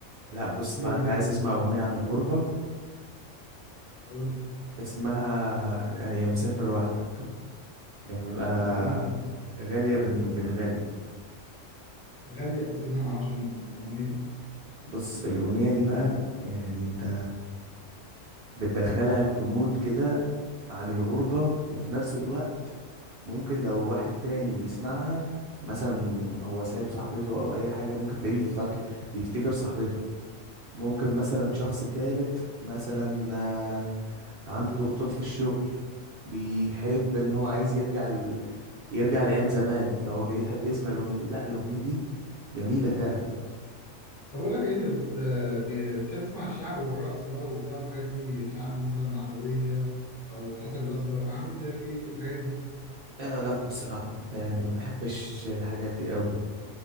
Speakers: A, on the right (about 65°); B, on the left (about 35°).
A: لا بص
B: في
A: بقى
B: أغنية
A: انت عايز تسمع اغنية عن الغربة
B: بتقول دي
A: اسمها يا مسافر وحدك يا م- آه،
B: بتاعت مين دي؟
A: غالية بن بن غالي
B: غالية تصدق ما أعرفش الأغنية دي
A: بص الأغنية دي بقى يعني انت بتدخلك في مود كده عن الغربة وفي نفس الوقت ممكن لو واحد تاني بيسمعها مثلا هو سايب صاحبته او اي حاجة ممكن تلاقيه بيفتكر بيفتكر صاحبته ممكن مثلا شخص
B: مم.
A: تالت مثلا آه، عنده ضغوطات في الشغل بيحب ان هو
B: أيوة
A: عايز يرجع ل... يرجع لايام زمان فهو بيحب يسمع الاغنية دي لا الاغنية دي جميلة فعلا
B: طب أقول لك إيه، أنت بت... ب- بتحب تسمع الشعب والرقص بقى وبتاع والحاجات دي شعب مثلا عدوية أو حسن الأسمر عامل لك إيه الحاجات دي؟
A: لا لا بصراحة يعني ما بحبش الحاجات دي قوي